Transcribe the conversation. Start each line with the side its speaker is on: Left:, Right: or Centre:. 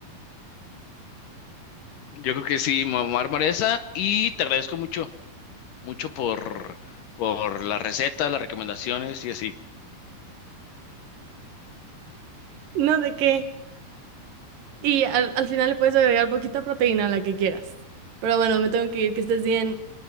Left: yo creo que sí, mamar esa y te agradezco mucho, mucho por, por la receta, las recomendaciones y así.
Right: No, ¿de qué? Y al, al final le puedes agregar poquita proteína, a la que quieras. Pero bueno, me tengo que ir, que estés bien.